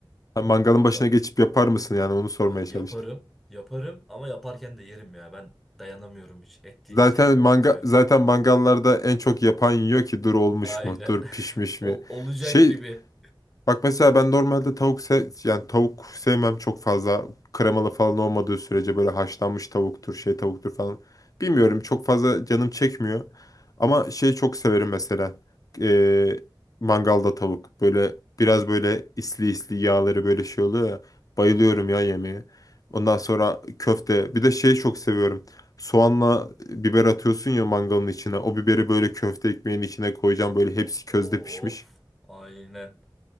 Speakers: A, on the left (about 45°); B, in the centre.
A: Ha, mangalın
B: Kanka
A: başına geçip yapar mısın yani onu sormaya
B: yaparım.
A: çalıştım.
B: Yaparım ama yaparken de yerim ya. Ben dayanamıyorum hiç. Et deyince
A: Zaten manga
B: bitiyor.
A: zaten mangallarda en çok yapan yiyor ki dur olmuş
B: Aynen.
A: mu? Dur pişmiş
B: <laughs>
A: mi?
B: Ol- olacak
A: Şey
B: gibi.
A: Bak mesela ben normalde tavuk se yani tavuk sevmem çok fazla. Kremalı falan olmadığı sürece böyle haşlanmış tavuktur, şey tavuktur falan. Bilmiyorum çok fazla canım çekmiyor. Ama şey çok severim mesela. Ee, mangalda tavuk. Böyle biraz böyle isli isli yağları böyle şey oluyor ya. Bayılıyorum ya yemeğe. Ondan sonra köfte. Bir de şeyi çok seviyorum. Soğanla biber atıyorsun ya mangalın içine. O biberi böyle köfte ekmeğin içine koyacağım. Böyle hepsi
B: O-
A: közde pişmiş.
B: Of. Aynen.